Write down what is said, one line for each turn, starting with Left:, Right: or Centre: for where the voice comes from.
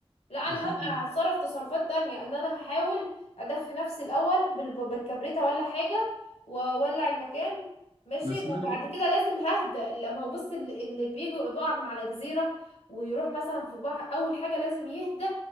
Left: لا انا
Right: لحد
Left: هبقى هتصرف تصرفات تانية ان انا هحاول ادفي نفسي الاول بال- بالكبريتة ولا حاجة واولع المكان ماشي
Right: ما اسمعي
Left: وبعد
Right: بقى
Left: كده لازم ههدى لما هو بص اللي, اللي بيجي بيقع من على جزيرة ويروح مثلا في بحر اول حاجة لازم يهدى